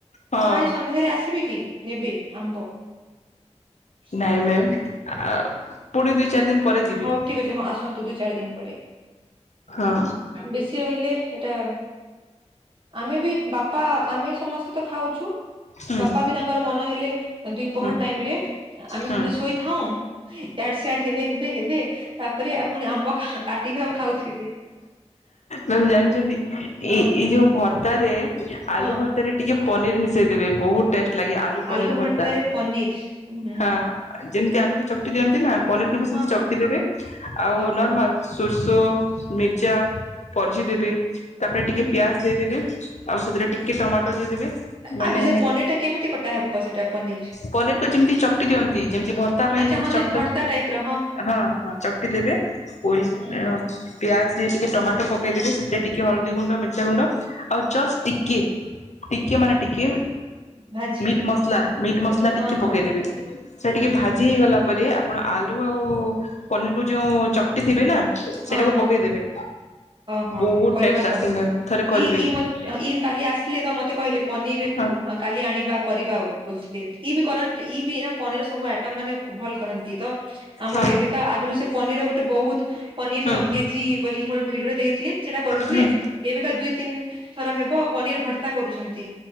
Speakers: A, on the left; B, on the right.
A: ହଁ
B: ଆପଣ ଏଇ ସନ୍ଧ୍ୟାରେ ଆସିବେ କି ନେବେ ଆମ୍ବ <inaudible>
A: ହାଏ ମ୍ୟାମ ଆଉ ପୁଣି ଦୁଇ ଚାର ଦିନ ପରେ ଯିବି
B: ହଉ ଠିକ ଅଛି ହଁ ଆସନ୍ତୁ ଦୁଇ ଚାରି ଦିନ ପରେ।
A: ହଁ
B: ବେଶୀ ରହିଲେ। ସେଇଟା ଆମେ ବି ବାପା ଆମେ ସମସ୍ତେ ତ ଖାଉଛୁ
A: ହୁଁ
B: ବାପା
A: ହୁଁ
B: ବି ତାଙ୍କର ମନ ହେଲେ। ଦ୍ୱିପହର
A: ହୁଁ
B: ଟାଇମ ରେ ଆମେ
A: ହୁଁ
B: ସମସ୍ତେ
A: ହୁଁ
B: ଶୋଇଥାଉ ଇଆଡ ସିଆଡ ହେବେ ବେ ତାପରେ ପୁଣି ଆମ୍ବ କା କାଟିବେ ଆଉ ଖାଉଥିବେ।
A: ମ୍ୟାମ ଜାଣିଛନ୍ତି ଏଇ
B: ହଁ
A: ଏଇ ଯୋଉ ଭର୍ତାରେ ଆଲୁ
B: ହଁ
A: ଭର୍ତା ରେ ଟିକେ ପନିର୍ ମିଶେଇ ଦେବେ ବହୁତ ଟେଷ୍ଟ ଲାଗେ ପନିର
B: ଆଲୁ ଭର୍ତାରେ
A: ଭର୍ତ୍ତା
B: ପନିର ହୁଁ
A: ହଁ ଯେମିତି ଆଲୁ କୁ ଚକଟି ଦିଅନ୍ତି ନା ପନିର କି ବି
B: ହଁ ହଁ
A: ଦେବେ ଆଉ
B: ଓହୋ
A: ନର୍ମାଲ ସୋର ସୋ ମିର୍ଚା ପଝି ଦେବେ ତାପରେ ଟିକେ
B: ହୁଁ ହୁଁ
A: ପିଆଜ ଦେଇଦେବେ ଆଉ ସେଥିରେ ଟିକେ ଟମାଟୋ ଦେଇ ଦେବେ ମାନେ
B: ଆଜି ସେ ପନିର ଟା କେମିତି କଟା ହେବ ସେଟା ପନିର
A: ପନିର କୁ ଯେମିତି ଚକଟି ଦିଅନ୍ତି ଯେମତି ଭର୍ତା ପାଇଁ
B: ଆଚ୍ଛା
A: ଯେମତି
B: ହଁ
A: ଚକ୍ଟ
B: ସେ ଭର୍ତ୍ତା ଟାଇପ ର
A: ହଁ ହଁ ଚକଟି ଦେବେ ଓଲ
B: ହୁଁ
A: ପିଆଜ ଟିକେ ଟମାଟ ଦେବେ ସେଥିରେ ଟିକେ ହଳଦୀ ଗୁଣ୍ଡ ମିର୍ଚା ଗୁଣ୍ଡ ଅ ଜସ୍ଟ ଟିକେ। ଟିକେ ମାନେ ଟିକେ
B: ଭାଜି
A: ମି୍ ଆର ମସଲା ମିଟ ମସଲା
B: ହଁ
A: ଟିକେ
B: ହଁ
A: ପକେଇଦବେ ସେ ଟିକେ
B: ହୁଁ ହୁଁ
A: ଭାଜି
B: ହୁଁ
A: ହେଇଗଲା ପରେ। ଆପଣ ଆଲୁ ଆଉ-ଉ-ଉ ପନିର କୁ ଯୋଉ ଉ ଉ ଚକଟି ଥିବେ ନା ସେଟାକୁ
B: ହଁ
A: ପକେଇଦେବେ।
B: ହଁ
A: ବହୁତ
B: କରିବା
A: ଟେଷ୍ଟ
B: ତ
A: ଆସେ ମ୍ୟାମ୍ ଥରେ କରିବେ
B: ଇ ଇ ମତେ ଇ କାଲି ଆସିଲେ ତ ମତେ କହିଲେ ପ କାଲି
A: ହଁ
B: ଆଣିବା କରିବା ବୋଲୁଥିଲେ ଇ ବି କରନ୍ତି ଇ ବି ଏରା ପନିର ସବୁ ଆଇଟମ ମାନେ ଭଲ କରନ୍ତି ତ ଆମର
A: ହଁ
B: ଏବେକା ଆଗରୁ ସେ <unintelligible> ବହୁତ ପନିର
A: ହୁଁ
B: ଚଙ୍ଗେଜିୀ ବୋଲିକି ମୋର ଭିଡିଓରେ ଦେଇଥିଲେ। ସେଟା କରୁଥିଲେ
A: ହୁଁ
B: ଏବେକା ଦୁଇ ତିନି ଥର ହେବ ପନିର ଭର୍ତ୍ତା କରୁଛନ୍ତି।